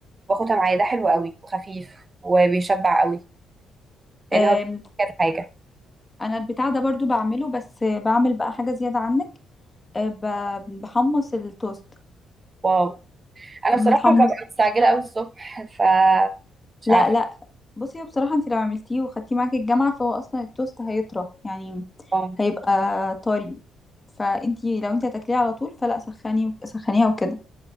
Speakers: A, on the right; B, on the left.
A: باخدها معايا ده حلو قوي وخفيف وبيشبع قوي لأن
B: أه
A: هو بيبقى كذا حاجة
B: انا البتاع ده برضو بعمله بس آه، بعمل بقى حاجه زياده عنك آه، ب- بحمص التوست
A: واو أنا بصراحة
B: متحمص
A: ببقى مستعجلة أوي الصبح فمش
B: لا
A: عارفة
B: لا بصي هو بصراحة انت لو عملتيه وخدتيه معاكي الجامعة فهو اصلا التوست هيطرى يعني
A: اه
B: هيبقى طري فانت لو انت هتاكليه على طول فلا سخني سخنيها وكده